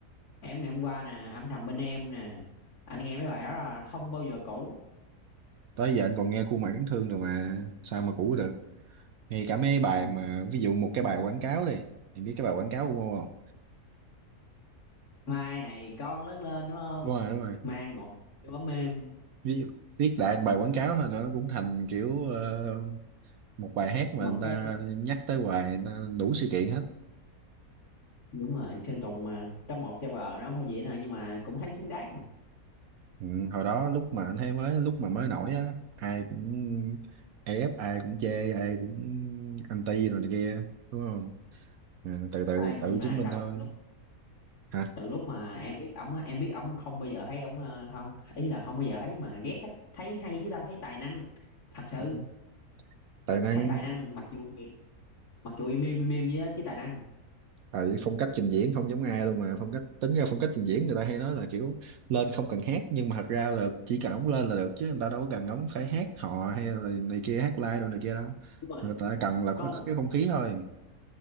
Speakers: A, on the left; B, on the right.
A: em ngày hôm qua nè âm thầm bên em nè anh nghe mấy bài đó là không bao giờ cũ
B: tới giờ anh còn nghe khuôn mặt đáng thương rồi mà sao mà cũ được ngay cả mấy bài
A: Ừ.
B: mà ví dụ một cái bài quảng cáo đi em biết cái bài quảng cáo của Ngô không
A: mai này con lớn lên đúng không
B: đúng rồi đúng rồi
A: mang một chú ấm êm
B: viết viết đại bài quảng cáo thôi nó cũng thành kiểu ờ, một bài hát mà
A: một
B: người ta
A: cái
B: nhắc tới hoài người ta đủ sự kiện hết
A: đúng rồi Sơn Tùng mà top một server nó phải vậy nè nhưng mà cũng thấy xứng đáng mà.
B: ừ, hồi đó lúc mà anh thấy mới lúc mà mới nổi á ai cũng ép ai cũng chê ai cũng anti rồi này kia đúng không à, từ từ
A: à, nhưng
B: tự
A: mà
B: chứng minh
A: sao
B: thôi
A: từ lúc
B: hả
A: từ lúc mà em biết ổng á em biết ổng không bao giờ thấy ổng ờ, ho- ý là không bao giờ thấy mà ghét á thấy hay chứ ta thấy tài năng thật sự
B: Đúng. tài năng
A: thấy tài năng mặc dù mặc dù im im im im với á, chứ tài năng
B: tại phong cách trình diễn không giống ai luôn mà phong cách tính ra phong cách trình diễn người ta hay nói là kiểu lên không cần hát nhưng mà thật ra là chỉ cần ống lên là được chứ người ta đâu có cần ống phải hát hò hay là này kia hát live đâu này kia đâu
A: Đúng rồi.
B: người ta cần là
A: có
B: cái cái không khí thôi